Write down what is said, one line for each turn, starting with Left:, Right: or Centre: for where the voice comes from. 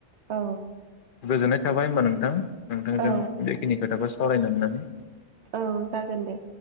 Right: औ
Left: गोजोननाय थाबाय होमबा नोंथां नोंथांजों
Right: औ
Left: बेखिनि खोथाखौ सावरायनो मोननानै
Right: औ जागोन दे